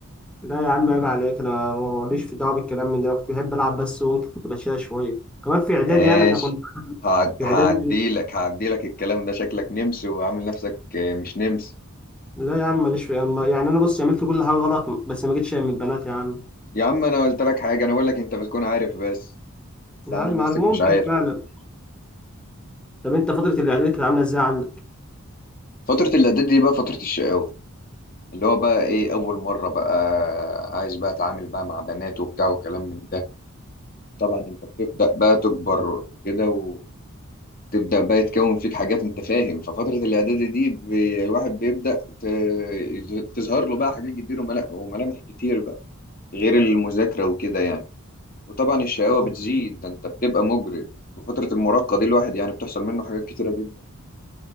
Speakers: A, in the centre; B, on the left.
A: لا يا عم عيب عليك أنا ماليش في دعوة بالكلام من ده أنا كنت بحب ألعب بس وكنت كنت بشيلها شوية كمان في إعدادي
B: ماشي
A: يعني إحنا كنا
B: هعد...
A: في
B: هعديلك
A: إعدادي
B: هعديلك الكلام ده شكلك نمس وعامل نفسك مش نمس
A: لا يا عم ماليش في أما يعني انا بص عملت كل حاجه غلط بس ما جيتش يعني من البنات يا عم
B: يا عم انا قلت لك حاجة انا بقول لك انت بتكون عارف بس بس
A: يا
B: عامل
A: عم
B: نفسك
A: عارف، ممكن
B: مش عارف
A: فعلا طب انت فتره الاعداد كانت عامله ازاي عندك
B: فترة الاعداد دي بقى فترة الشقاوة اللي هو بقى ايه اول مرة بقى عايز بقى اتعامل بقى مع بنات وبتاع وكلام من ده طبعا انت بتبدأ بقى تكبر وكده تبدأ بقى يتكون فيك حاجات انت فاهم ففترة الاعدادي دي بي- الواحد بيبدأ ت- تظهر له بقى حاجات كتير وملا- وملامح كتير بقى غير المذاكرة وكده يعني وطبعا الشقاوة
A: أه.
B: بتزيد ده انت بتبقى مجرم وفترة المراهقة دي الواحد يعني بتحصل منه حاجات كتيرة جدا